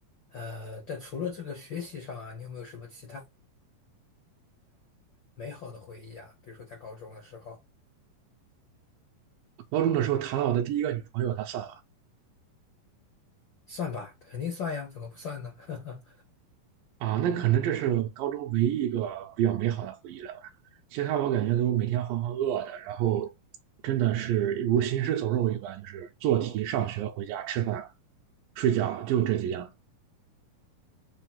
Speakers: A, on the left (about 85°); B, on the right (about 80°).
A: 呃，但除了这个学习上啊，你有没有什么其他美好的回忆啊？比如说在高中的时候，
B: 高中的时候谈了我的第一个女朋友，她算了
A: 算吧，肯定算呀，怎么不算呢？<laughs>
B: 啊，那可能这是高中唯一一个比较美好的回忆了吧。其他我感觉都每天浑浑噩噩的，然后真的是如行尸走肉一般，就是做题、上学、回家、吃饭、睡觉，就这几样。